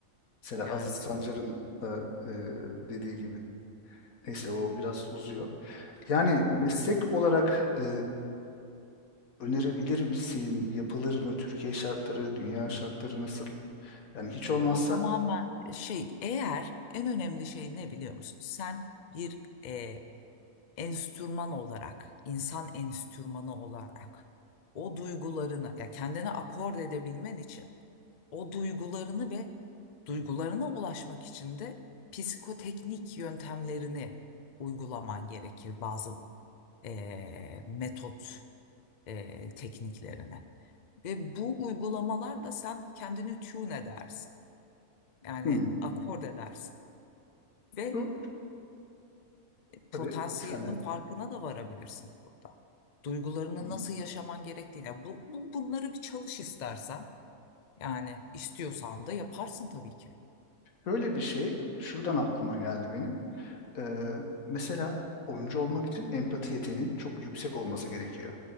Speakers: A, on the left; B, on the left.
A: Mesela
B: Yani
A: Aziz Sancar'ın da e, dediği gibi. Neyse o biraz uzuyor. Yani meslek olarak e, önerebilir misin? Yapılır mı? Türkiye şartları, dünya şartları nasıl? Yani hiç olmazsa
B: o tamamen şey eğer en önemli şey ne biliyor musun? Sen bir e, enstrüman olarak, insan enstrümanı olarak o duygularını ya kendine akord edebilmen için o duygularını ve duygularına ulaşmak için de psikoteknik yöntemlerini uygulaman gerekir bazı eee, metot eee, tekniklerini. Ve bu uygulamalarla sen kendini tune edersin. Yani
A: hmm,
B: akord edersin. Ve
A: şu tabii
B: potansiyelinin
A: sen de
B: farkına da varabilirsin burada. Duygularını
A: hmm,
B: nasıl yaşaman gerektiğine. Bu, bu- bunları bir çalış istersen. Yani istiyorsan da yaparsın tabii ki.
A: böyle bir şey şuradan aklıma geldi benim. Ee, mesela oyuncu olmak için empati yeteneğinin çok yüksek olması gerekiyor